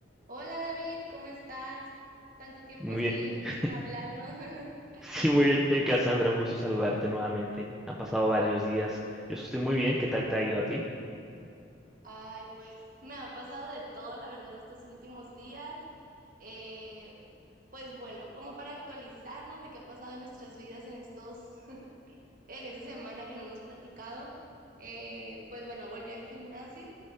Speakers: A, on the right; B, in the centre.
A: Hola David, ¿cómo estás? Tanto tiempo
B: Muy
A: sin,
B: bien. <laughs>
A: sin hablarnos. <laughs>
B: Sí, muy bien, Cassandra. Un gusto saludarte nuevamente. Han pasado varios días. Yo estoy muy bien. ¿Qué tal te ha ido a ti?
A: Ay, pues me ha pasado de todo, la verdad, estos últimos días. Eh, pues bueno, como para actualizarnos de qué ha pasado en nuestras vidas en estos, <laughs> en esta semana que no hemos platicado. eh, pues bueno, volví al gimnasio,